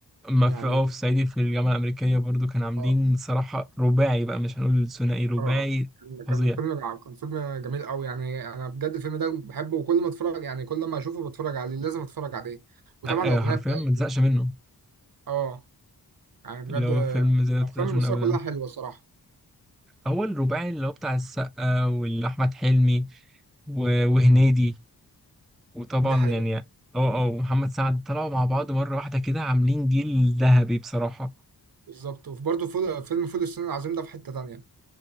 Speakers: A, in the centre; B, on the right.
A: ما
B: يعني
A: في اه في صعيدي في الجامعه الامريكيه برضو كانوا عاملين
B: اه
A: صراحه رباعي بقى مش هنقول ثنائي رباعي
B: اه كان كان
A: فظيع
B: فيلم جع- كان فيلم جميل قوي يعني انا بجد الفيلم ده بحبه وكل ما اتفرج يعني كل ما اشوفه بتفرج عليه لازم اتفرج عليه وطبعا
A: آه،
B: الاغنيه
A: آه، حرفيا
B: بتاعته
A: ما تزهقش منه
B: اه يعني بجد
A: اللي هو فيلم زي ما
B: الافلام
A: تزهقش
B: المصريه
A: منه ابدا
B: كلها حلوه الصراحه
A: هو الرباعي اللي هو بتاع السقا واحمد حلمي و- وهنيدي وطبعا
B: دي حقيقه
A: يعني اه اه ومحمد سعد طلعوا مع بعض مرة واحدة كده عاملين جيل ذهبي بصراحة
B: بالظبط وبرده فول فيلم فول الصين العظيم ده في حته تانية